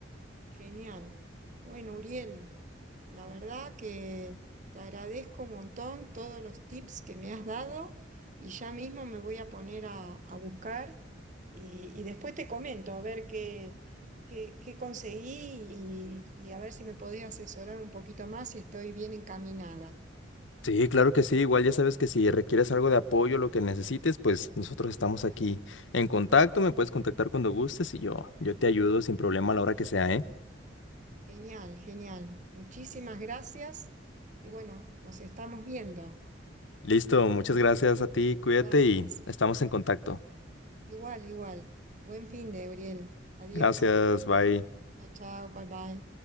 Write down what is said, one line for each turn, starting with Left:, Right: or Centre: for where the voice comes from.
Right: Genial. Bueno, Uriel, La verdad que te agradezco un montón todos los tips que me has dado y ya mismo me voy a poner a, a buscar y, y después te comento a ver qué, qué, qué conseguí y, y a ver si me podés asesorar un poquito más si estoy bien encaminada.
Left: Sí, claro que sí. Igual ya sabes que si requieres algo de apoyo, lo que necesites, pues nosotros estamos aquí en contacto. Me puedes contactar cuando gustes y yo, yo te ayudo sin problema a la hora que sea, ¿eh?
Right: Genial, genial. Muchísimas gracias y bueno, nos estamos viendo.
Left: Listo, muchas gracias a ti, cuídate
Right: Gracias.
Left: y estamos en contacto.
Right: Igual, igual. Buen fin de, Uriel. Adiós.
Left: Gracias, bye.
Right: Chao, chao, bye bye.